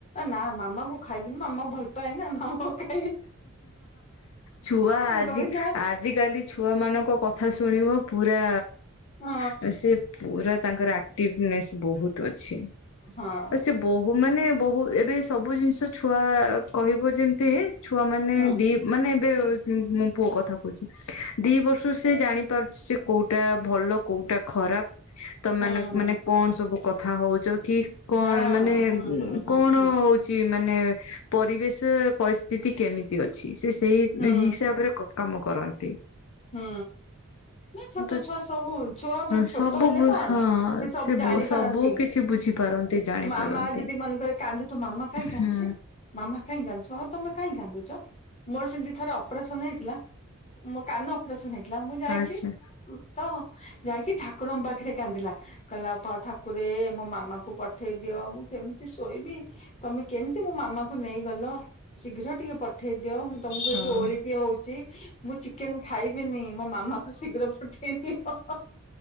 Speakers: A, on the left (about 30°); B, on the left (about 70°).
A: ନା ମାମା କୁ ଖାଇବୁନି ମାମାକୁ ଭଲ ପାଏ ନା ମାମାକୁ ଖାଇବିନି
B: ଛୁଆ
A: ମୁଁ
B: ଆଜି
A: କହିବି ନା
B: ଆଜିକାଲି ଛୁଆ ମାନଙ୍କ କଥା କଥା ଶୁଣିବ ପୁରା
A: ହଁ
B: ସେ ସେ ପୁରା ତାଙ୍କର ଆକ୍ଟିଭନେସ୍ ବହୁତ ଅଛି।
A: ହଁ
B: ଆଉ ସେ ବହୁ ମାନେ ବହୁ ଏବେ ସବୁ ଜିନିଷ ଛୁଆ କହିବ ଯେମିତି ଛୁଆ ମାନେ
A: ହଁ
B: ଦି ମାନେ ଏବେ ମୋ ପୁଅ କଥା କ ହୁଚି
A: ହଁ
B: ଦି ବର୍ଷରୁ ସେ ଜାଣି ପାରୁଛି ଯେ କୋଉଟା ଭଲ କୋଉଟା ଖରାପ ତମ
A: ହଁ
B: ମାନଙ୍କ ମାନେ କଣ ସବୁ କଥା କଥା ହଉଚ କି କଣ
A: ହଁ
B: ମାନେ
A: ହୁଁ ହୁଁ ହୁଁ
B: କଣ
A: ହୁଁ
B: ହଉଛି ମାନେ ପରିବେଶ ପରିସ୍ଥିତି କେମିତି ଅଛି। ସେ ସେଇ
A: ହୁଁ
B: ହିସାବରେ କ କାମ କରନ୍ତି।
A: ହୁଁ ନା ଛୋଟ
B: ତ
A: ଛୁଆ ସବୁ ଛୁଆ
B: ହଁ
A: ଛୋଟ
B: ସବୁ
A: ହେଲେ କଣ ହେଲା
B: ହଁ
A: ସେ ସବୁ ଜାଣିପାରନ୍ତି।
B: ସବୁ କିଛି ବୁଝିପାରନ୍ତି ଜାଣିପାରନ୍ତି।
A: ମାମା ଯଦି ମନେକରେ କାନ୍ଦୁଥିବ ମାମା କାଇଁ କାନ୍ଦୁଛି
B: ହୁଁ
A: ମାମା କାହିଁ କାନ୍ଦୁଛୁ ମାମା ତମେ କାହିଁ କାନ୍ଦୁଛ? ମୋର ସେମିତି ଥରେ ଅପରେସନ ହେଇଥିଲା କାନ ଅପରେସନ ପୁଅ ଯାଇଥିଲା ମୁଁ ଯାଇଛି
B: ଆଚ୍ଛା।
A: ତ ଯାଇକି ଠାକୁରଙ୍କ ପାଖରେ କାନ୍ଦିଲା କହିଲା ଠାକୁରେ ମୋ ମାମା ମାମାକୁ ଉଠେଇ ଦିଅ ମୁଁ କେମିତି ଶୋଇବି ତମେ କେମିତି ମୋ ମାମା ନେଇ ଗଲ ଶୀଘ୍ର ଟିକେ ପଠେଇ ପଠେଇ ଦିଅ ମୁଁ ତମକୁ
B: ହଁ
A: ଏଠି ଓଳିକି ହଉଛି ମୁଁ ଚିକ୍ ଚିକେନ ଖାଇବିନି ମୋ ମାମାକୁ ଶୀଘ୍ର ପଠେଇ ଦିଅ